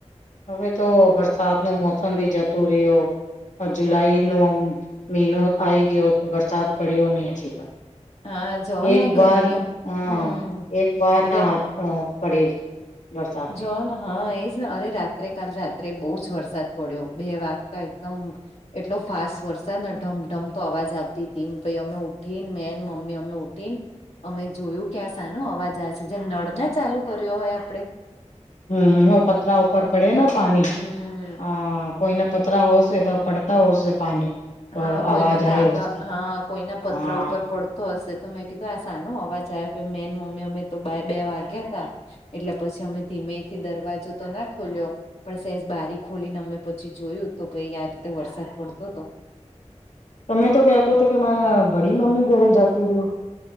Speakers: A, on the left; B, on the left.
A: હવે તો બરસાતનું મોસમ બી જતું રહ્યો. જુલાઈ નો મહિનો આ આવી ગયો વરસાદ પડ્યો અને હજી પણ
B: હા જો
A: એક
B: ને
A: વાર
B: ગરમીઓ
A: હ
B: હમ
A: એક વાર નાા
B: ગ
A: પડે વરસાદે
B: જોન હા એજ ને અરે રાત્રે કાાલ રાત્રે બહુ જ વરસાદ પડ્યો બે વાક તો એકદમ એટલો ફાસ્ટ વરસાદ ઢમઢમ તો અવાજ આવતી હતી ભ અમે ઉઠીને મેન મમ્મી અમે ઉઠીને અમે જોયું કે્યા આ સાનો અવાજ આવે છે જેમ નળના ચાલુ કર્યો હોય આપડણે
A: હમ હમ પથરા ઉપર પડે
B: હતો
A: ના પાણી
B: હમ
A: હ કોઈ ના પચરા હોસે તો પડતા હો પાણી તો
B: હા કોઈના
A: અવાજ આવ્યો
B: ધાબા
A: હશે
B: હા કોઈના પતરા
A: હા
B: ઉપર પડ તો હશે તો મેં કીધું આ સાાન અવાજ આવે પ મે મમ્મી અમે તો બે વાગ્યા હતા. એટલે પછી અમે ધીમેથી દરવાજો તો ના ખોલ્યો પણ સહેજ બારી ખોલીને અમે પછી જોયું તો ભાઈ આ રીતે વરસાદ પડતો હતો.
A: તમે તો કેહેતો હતો કે મે બડી મમ્મી ઘરે જતી રહી.